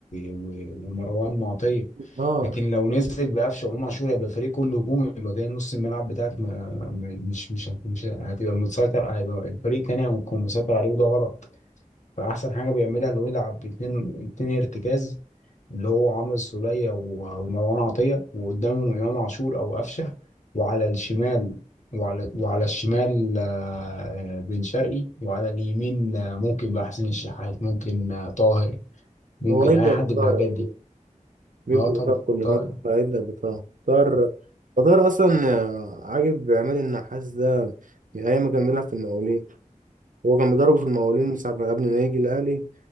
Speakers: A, on the left; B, on the right.
A: و- ومروان معطيه
B: اه
A: لكن لو نزل بقفشه وامام عاشور هيبقى الفريق كله هجومي يبقى كده نص الملعب بتاعك ما ما- مش مش مش هتبقى متسيطر هيبقى الفريق التاني هيكون مسيطر عليه وده غلط فأحسن حاجة بيعملها لو يلعب باتنين اتنين ارتكاز اللي هو عمرو السولية و- ومروان عطية وقدامهم إمام عاشور أو قفشة وعلى الشمال وعلى وعلى الشمال آه، آه، بن شرقي وعلى اليمين آه، ممكن بقى حسين الشحات ممكن آه، طاهر ممكن
B: هو هيبدأ
A: أي حد
B: بطار
A: من الحاجات
B: أكيد
A: دي
B: بيبدأ
A: اه طبعا
B: بطار كل
A: طاهر
B: مرة فهيبدأ بطار طار طار أصلا آه، عاجب عماد النحاس ده من أيام ما كان بيلعب في المقاولين هو كان بيضربه في المقاولين من ساعة ما- قبل ما يجي الأهلي